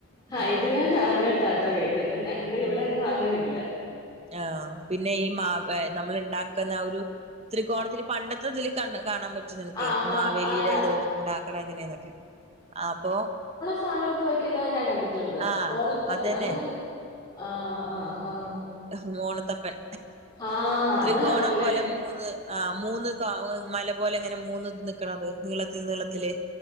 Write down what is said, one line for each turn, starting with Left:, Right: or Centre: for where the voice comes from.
Left: ആഹ്
Right: ഉം
Left: ഇത് ഞാൻ ആദ്യായിട്ടാട്ടാ കേൾക്കുന്നെ ഞങ്ങടെ ഇവിടെങ്ങും
Right: ഉം
Left: അങ്ങനില്ല.
Right: ആഹ് പിന്നെ ഈ മാവ നമ്മൾ ഉണ്ടാക്കുന്ന ആ ഒരു ത്രികോണത്തില് പണ്ടത്തെ തില് കണ്ട കാണാൻ പ റ്റും നിനക്ക്
Left: ആഹ്
Right: ഈ
Left: ആഹ്
Right: മാവേലീടെ
Left: ആഹ്
Right: ദ് ഇണ്ടാക്ക്ണെ എങ്ങനേന്നൊക്കെ അപ്പൊ
Left: സാനമൊക്കെ വെക്കുന്നത് ഞാൻ കണ്ടിട്ടുണ്ട്.
Right: ആഹ്
Left: ഓണത്തപ്പൻ
Right: അതന്നെ
Left: അങ്ങനെ ആഹ് ആഹ് ആഹ്
Right: മ് ഓണത്തപ്പൻ.
Left: ആഹ്
Right: ത്രികോണം
Left: അതാണല്ലേ
Right: പോലെ മൂന്ന് ആഹ് മൂന്ന് ക മല പോലെ ഇങ്ങനെ മൂന്ന് ഇത് നിക്ണത് നീളത്തിൽ നീളത്തില്